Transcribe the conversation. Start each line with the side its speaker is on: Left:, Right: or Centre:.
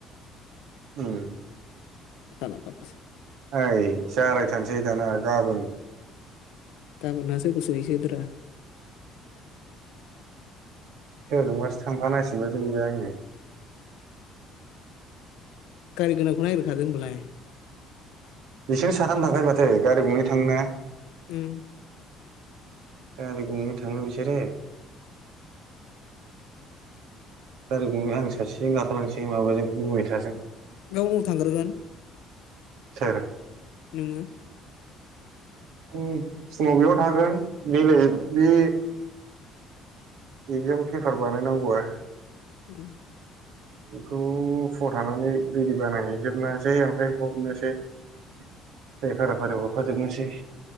Right: उम
Left: फाला फालस
Right: ओइ जालायथारसै दाना गाबोन
Left: गाबोन नोंहा सोरखौ सोहोयो सोदो रा
Right: सोरजोंबास थांफानांसि जोंबो आंङो
Left: गारि गोनांखौ नायगिरखादो होनबालाय।
Right: बिसोरनो साथाम थांखायो माथो गारि गङै थाङो ना?
Left: उम।
Right: गारि गंनै थाङो बिसोरो, गारि गंनै आं सासेजों गाखोलांसै माबाजों मैथाजों।
Left: गावनाव थांग्रोगोन
Right: सोर?
Left: नोङो?
Right: आं फुङाव बेयाव थागोन बेलाय बे एगजाम पेपार बानायनांगौआ
Left: उम।
Right: बेखौ फुङाव थानानै रेडि बानायहैजोबनोसै ओमफ्राय हरनोसै। जाय फारा फारि हर फोजोबनोसै।